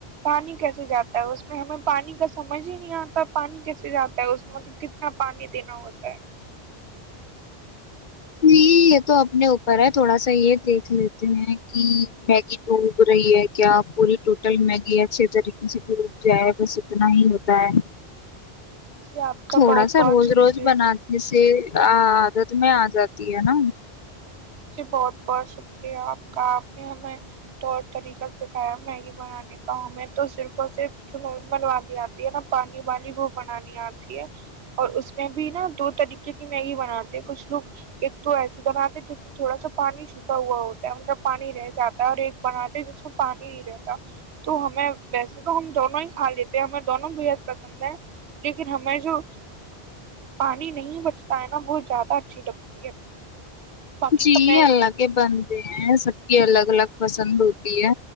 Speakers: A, on the right; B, on the left.
A: پانی کیسے جاتا ہے اس میں ہمیں پانی کا سمجھ ہی نہیں آتا پانی کیسے جاتا ہے اس میں مطلب کتنا پانی دینا ہوتا ہے
B: نہیں یہ تو اپنے اوپر ہے تھوڑا سا یہ دیکھ لیتے ہیں کہ ڈوب رہی ہے کیا پوری ٹوٹل میگی ہے اچھے طریقے سے ڈوب جائے بس اتنا ہی ہوتا ہے
A: جی آپ کا
B: تھوڑا
A: بہت
B: سا
A: بہت
B: روز
A: شکریہ
B: روز بناتے سے ہاں میں آ جاتی ہے نا
A: جی بہت بہت شکریہ آپ کا آپ نے ہمیں طور طریقہ سکھایا میگی بنانے کا ہمیں تو صرف بس چ منوان آتی ہے نا پانی وانی وہ بنانی آتی ہے اور اس میں بھی نا دو طریقے کی میگی بناتے ہیں کچھ لوگ ایک تو ایسی بناتے جس تھڑا سا پانی چھوٹا ہوا ہوتا ہے مطلب پانی رہ جاتا ہے اور ایک بناتے جس میں پانی نہیں رہتا تو ہمیں ویسے تو ہم دونوں ہی کھا لیتے ہیں ہمیں دونوں بےحد پسند ہیں لیکن ہمیں جو پانی نہیں بچتا ہے نا بہت زیادہ اچھی لگتی ہے باقی
B: جی
A: کا میں
B: اللہ کے بنتے ہیں سب کی الگ الگ پس پسند ہوتی ہے